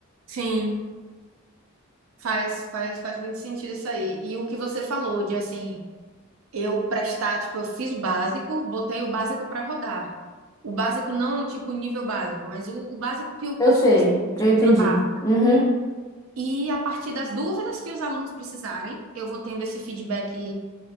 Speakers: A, on the right; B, on the left.
A: Sim, faz, faz, faz muito sentido isso aí. E o que você falou de assim, eu prestar, tipo, eu fiz o básico, botei o básico para rodar. O básico não, tipo, nível básico, mas o, o básico que o
B: Eu
A: curso
B: sei,
A: precisa, estrutura
B: eu entendi.
A: básica.
B: Uhum.
A: E a partir das dúvidas que os alunos precisarem, eu vou tendo esse feedback